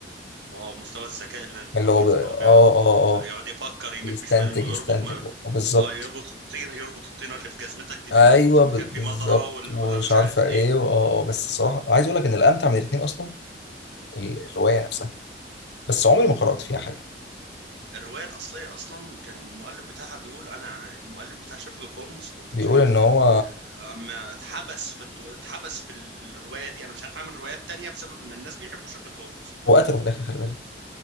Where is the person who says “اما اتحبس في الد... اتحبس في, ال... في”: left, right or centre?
Right